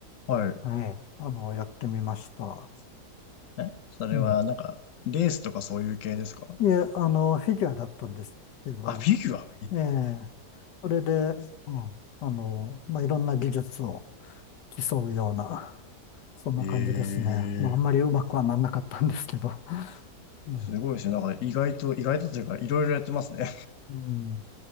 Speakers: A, on the left; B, on the left.
A: はい。
B: はい、あの、やってみました。
A: え、それはなんか、
B: うん。
A: レースとかそういう系ですか
B: で、あの、フィギュアだったんですけど、
A: あ、フィギュア
B: ええ、それで、うん、あの、まあいろんな技術を競うような、そんな感じですね。
A: ええ。ー
B: まああんまりうまくはなんなかったんですけど。<laughs> うん。
A: すごいですね。なんか意外と、意外とというか、いろいろやってますね。
B: うん